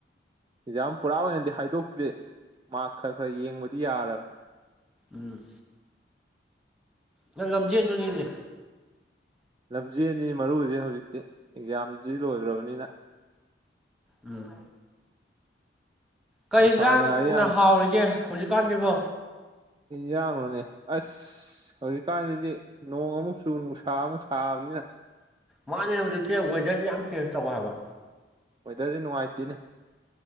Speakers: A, on the right; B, in the centre.
A: ꯑꯦꯛꯖꯥꯝ ꯄꯨꯔꯥ ꯑꯣꯏꯅꯗꯤ ꯍꯥꯏꯗꯣꯛꯇ꯭ꯔꯤ ꯃꯥꯔꯛ ꯈꯔ ꯈꯔ ꯌꯦꯡꯕꯗꯤ ꯌꯥꯔꯕꯅꯤ
B: ꯎꯝ ꯅ ꯂꯝꯖꯦꯟꯗꯨꯅꯤꯅꯦꯦ
A: ꯂꯝꯖꯦꯜꯅꯤ ꯃꯔꯨꯗꯤ ꯍꯧꯖꯤꯛꯇꯤ ꯑꯦꯛꯖꯥꯝꯗꯤ ꯂꯣꯏꯈ꯭ꯔꯕꯅꯤꯅ
B: ꯎꯝ ꯀꯩ
A: ꯉꯁꯥꯏ
B: ꯌꯦꯟꯁꯥꯡꯅ
A: ꯉꯥꯔꯤꯌꯥꯟ
B: ꯍꯥꯎꯔꯤꯒꯦ ꯍꯧꯖꯤꯛꯀꯥꯟꯁꯤꯕꯣ
A: ꯌꯥꯅꯣꯅꯦ ꯑꯁ ꯍꯧꯖꯤꯛꯀꯥꯟꯁꯤꯗꯤ ꯅꯣꯡ ꯑꯃꯨꯛ ꯆꯨ ꯅꯨꯡꯁꯥ ꯑꯃꯨꯛ ꯁꯥꯕꯅꯦ ꯑ
B: ꯃꯥꯅꯦ ꯍꯧꯖꯤꯛꯁꯦ ꯋꯦꯗꯔꯁꯦ ꯌꯥꯝ ꯆꯦꯟꯖ ꯇꯧꯋꯦ ꯍꯥꯏꯕ
A: ꯋꯦꯗꯔꯁ ꯅꯨꯡꯉꯥꯏꯇꯦꯅꯦ